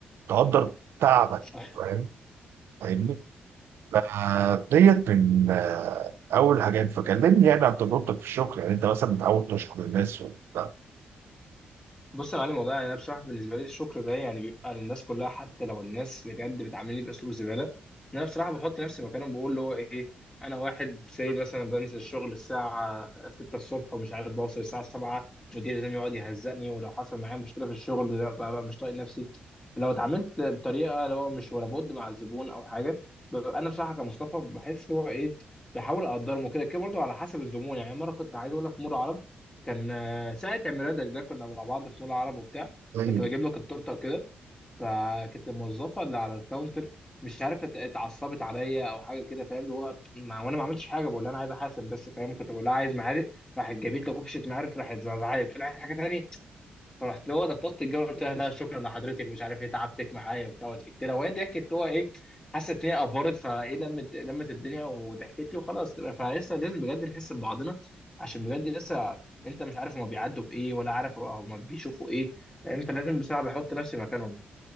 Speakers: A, on the right; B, on the left.
A: تقدر تعبك
B: صح
A: فاهم فاهمني فديت من آه، اول حاجات فكلمني يعني عن تجربتك في الشغل يعني انت مثلا متعود تشكر الناس ولا لا
B: بص يا معلم والله يعني انا بصراحه بالنسبه لي الشكر ده يعني بيبقى للناس كلها حتى لو الناس بجد بتعاملني باسلوب زباله ان انا بصراحه بحط نفسي مكانهم بقول اللي هو ايه انا واحد زي مثلا بنزل الشغل الساعه 6 الصبح ومش عارف بوصل الساعه 7 مديري لازم يقعد يهزقني ولو حصل معايا مشكله في الشغل لا ببقى مش طايق نفسي لو اتعاملت بطريقه اللي هو مش ولا بد مع الزبون او حاجه ببقى انا بصراحه كمصطفى بحس اللي هو ايه بحاول اقدرهم وكده كده برضه على حسب الزبون يعني مره كنت عايز اقول لك مره عرب كان آه، ساعة عيد ميلادك ده كنا مع بعض في مول عرب وبتاع
A: ايوه
B: كنت بجيب لك التورتة وكده فكانت الموظفة اللي على الكاونتر مش عارف ات- اتعصبت عليا او حاجة كده فاهم اللي هو ما وانا ما عملتش حاجة بقول لها انا عايز احاسب بس فاهم كنت بقول لها عايز معالق راحت جابت لي كوبشة معالق راحت زعزعت تقول لها عايز حاجة تانية فرحت له انا طلبت الجو قلت لها لا <laughs> شكرا لحضرتك مش عارف ايه تعبتك معايا وبتاع وضحكت لها وهي ضحكت هو ايه حست ان هي افورت فايه لمت لمت الدنيا وضحكت لي وخلاص فلسه لازم بجد نحس ببعضنا عشان بجد لسه انت مش عارف هما بيعدوا بايه ولا عارف هما بيشوفوا ايه فانت لازم بسرعه بحط نفسي مكانهم